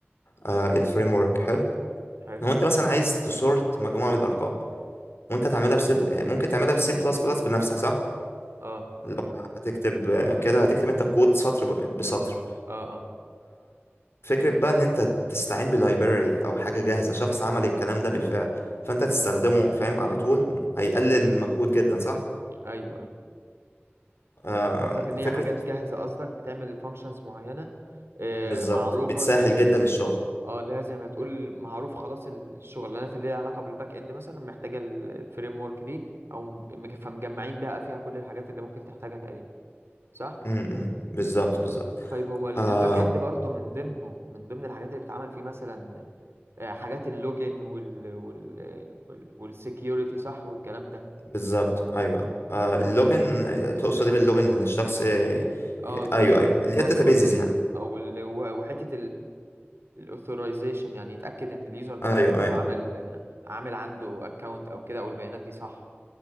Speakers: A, on the left; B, on the right.
A: آه الفريم ورك حلو
B: حلو
A: لو انت مثلا عايز تسورت مجموعة من الارقام وانت
B: ماشي
A: تعملها بسي ممكن تعملها بسي بلس بلس بنفسك صح؟
B: اه
A: لو هتكتب آه، كده هتكتب انت كود سطر ب- بسطر
B: اه اه
A: فكرة بقى ان انت تستعين بلايبراري او حاجة جاهزة شخص عمل الكلام ده بالفعل فانت تستخدمه فاهم على طول هيقلل المجهود جدا صح
B: ايوه أيوه.
A: آم،
B: قصدك ان هي
A: فكرة
B: حاجات جاهزه قصدك بتعمل فانكشنز معينه مم. آه،
A: بالظبط
B: معروفه
A: بتسهل
B: زي
A: جدا الشغل
B: اه اللي هي زي ما تقول معروف خلاص الشغلانات اللي ليها علاقه بالباك اند مثلا محتاجه الفريم ورك دي او مج- فمجمعين بقى فيها كل الحاجات اللي ممكن تحتاجها تقريبا صح
A: امم بالظبط بالظبط
B: طيب هو ال-
A: آه
B: الباك اند برضه من ضمنه من ضمن الحاجات اللي بتتعمل فيه مثلا آه، حاجات اللوجن وال وال وال والسكيورتي صح والكلام ده
A: بالظبط ايوه آه اللوجن تقصد ايه باللوجن اللي الشخص ي...
B: اه ب-
A: ايوه
B: الب-
A: ايوه
B: الباسورد
A: اللي هي الداتابيزز
B: وال-
A: يعني
B: او ال- وحته الاثورايزيشن يعني يتاكد ان اليوزر ده
A: ايوه
B: اصلا هو
A: ايوه
B: عامل عامل عنده اكونت او كده او البيانات دي صح